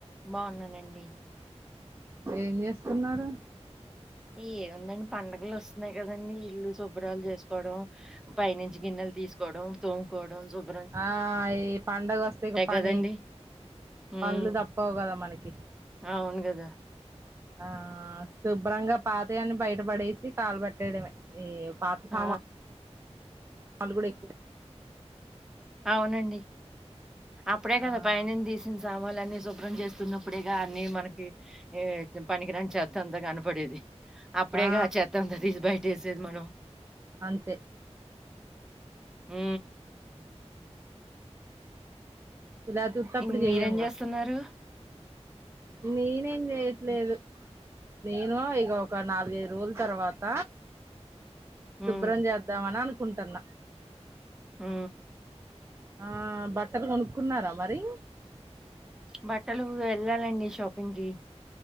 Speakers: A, in the centre; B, on the right.
A: బోన్నానండి
B: ఏం చేస్తున్నారు
A: ఏముందండి పండగ్లు వస్తున్నాయి కదండి ఇల్లు శుభ్రం చేస్కోడం పై నుంచి గిన్నెలు తీస్కోడం తొంకొడం సుబ్
B: ఆ ఈ పండగ వస్తే ఇగ పని
A: కదండీ! హ్మ్.
B: పన్లు తప్పవు కదా మనకి
A: అవును కదా
B: ఆ శుభ్రంగా పాతయన్ని బైటపడేసి కాల పెట్టేడమే ఈ పాత
A: ఆ!
B: సామా వాళ్ళు కూడా ఎకూ
A: అవునండి అప్పుడే
B: ఆ
A: కదా పై నుండీ తీస్ సామాన్లు అన్నీ శుభ్రం చేస్తున్నప్పుడేగా అన్ని మనకి ఏ పనికిరాని చెత్త అంతా కనపడెది అప్పుడేగా
B: ఆ
A: చెత్తంత తీసి బైటసేది మనం
B: అంతే
A: మ్
B: ఇలా ఉత్తప్పుడు
A: ఇ
B: చెయ్యంగా
A: మీరేం చేసున్నారు
B: నేనేం జెయ్ లేదు నేను ఇగ ఒక నాలుగైదు రోల్ తర్వాత
A: హ్మ్.
B: శుభ్రం చేద్దామని అనుకుంటన్నా
A: ఉ
B: ఆ బట్టలు కొనుక్కున్నారా మరి
A: బట్టలు వెళ్ళాలండి షాపింగ్కి